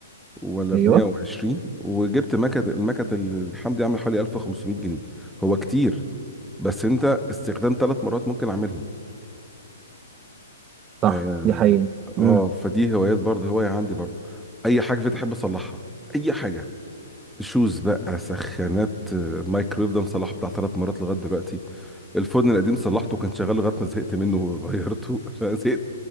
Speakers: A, in the centre; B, on the right.
A: ولا
B: ايوه
A: ب 120 وجبت مكنه المكنه اللي الحمد لله عامله حوالي 1500 جنيه هو كتير بس انت استخدام ثلاث مرات ممكن اعملهم
B: صح
A: اه
B: دي حقيقة مم.
A: آه، فدي هوايات برضه هواية عندي برضه اي حاجة في احب اصلحها اي حاجة شوز بقى سخانات آه، مايكرويف ده مصلحه بتاع ثلاث مرات لغاية دلوقتي الفرن القديم صلحته كان شغال لغاية ما زهقت منه وغيرته <laughs> عشان زهقت